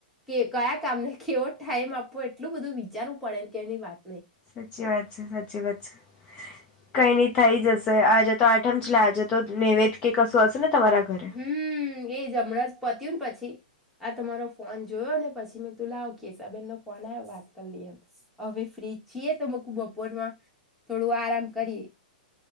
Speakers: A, in the centre; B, on the left.
A: કયા કામને કેવો ટાઈમ આપવો એટલું બધું વિચારવું પડેને. કેની વાત
B: સાચી વાત છે સાચી વાત છે. કઈ નઈ થઈ જશે આજે તો આઠમ છેલે આજે તો નૈવેદ કે કશું હશે ને તમારા ઘરે
A: હમ્મ એજ હમણાં જ. પત્યું ને પછી આ તમારો ફોન જોયો ને પછી મે તું લાવ કેસાબેન નો ફોન આવ વાત કરી લઈ એમ હવે ફ્રીજ છીએ તોક બપોરમાં થોડું આરામ કરીએ